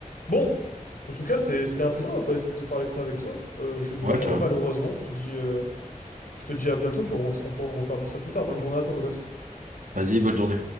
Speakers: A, on the left; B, on the right.
A: Bon, en tout cas, c'était c'était un plaisir de parler de parler de ça avec toi. Euh, je vais devoir
B: Ouais,
A: y
B: carrément.
A: aller malheureusement. Je te dis, euh, je te dis à bientôt, puis on, on, on reparle de ça plus tard. Bonne journée à toi, beau gosse.
B: Vas-y, bonne journée.